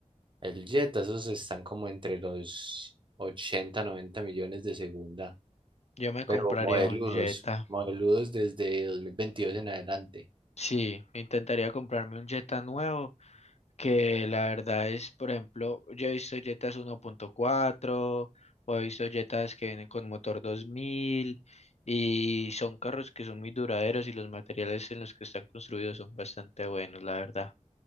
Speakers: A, on the right; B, on the left.
A: El Jetta, esos están como entre los 80 90 millones de segunda,
B: Yo me
A: pero
B: compraría
A: modeludos,
B: un Jetta.
A: modeludos desde 2022 en adelante.
B: Sí, intentaría comprarme un Jetta nuevo que la verdad es, por ejemplo, yo he visto Jetas 1.4 o he visto Jetas que vienen con motor 2000 y son carros que son muy duraderos y los materiales en los que están construidos son bastante buenos, la verdad.